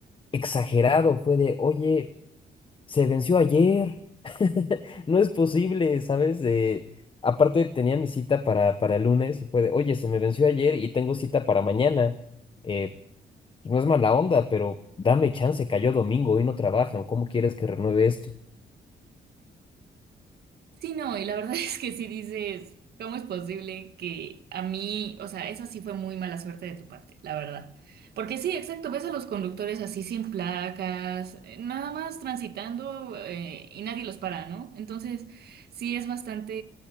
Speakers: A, on the left; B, on the right.
A: exagerado, fue de, oye, se venció ayer, <laughs> no es posible, ¿sabes? Eh, aparte tenía mi cita para, para el lunes y fue de, oye, se me venció ayer y tengo cita para mañana. Eh, pues no es mala onda, pero dame chance, cayó domingo, hoy no trabajan, ¿cómo quieres que renueve esto?
B: Sí, no, y la verdad <laughs> es que sí dices, ¿cómo es posible que a mí, o sea, esa sí fue muy mala suerte de tu parte, la verdad. Porque sí, exacto, ves a los conductores así sin placas, eh, nada más transitando eh, y nadie los para, ¿no? Entonces, sí es bastante,